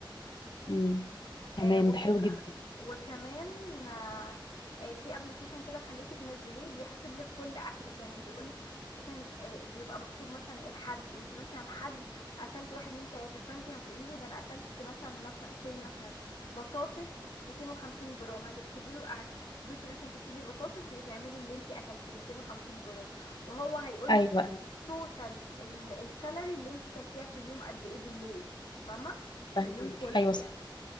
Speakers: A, on the left; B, on the left.
A: مم. تمام
B: فاهمه
A: ده حلو جدا
B: وكمان آه، آه، في ابلكيشن كده خليكي تنزليه بيحسب لك كل اكلك يعني بيقول لك مثلا آه، بيبقى مكتوب مثلا إيه الحد انت مثلا الحد اكلتي واحد اتنين تلاته فانت هتقولي له ده انا اكلت مثلا مثلا سي مثلا بطاطس 250 جرام هتكتبي له هتدوسي مثلا تكتبي بطاطس وتعملي اللي انت اكلتيه 250 جرام وهو هيقول
A: ايوه
B: لك
A: أيوة،
B: توتال الكالوري اللي انت كلتيها في اليوم قد ايه بالليل فاهمه
A: فهماكي
B: في اليوم كله
A: ايوه
B: يعني
A: صح